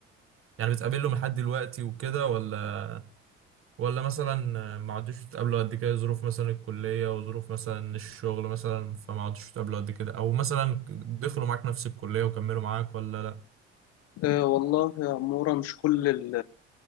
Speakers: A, on the right (about 35°); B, on the left (about 45°).
A: يعني بتقابلهم لحد دلوقتي وكده ولا ولا مثلا ما عدتوش تقابلوا قد كده ظروف مثلا الكلية وظروف مثلا الشغل مثلا فما عدتوش تقابلوا قد كده او مثلا دخلوا معاك نفس الكلية وكملوا معاك ولا
B: أه والله يا عمورة مش كل ال...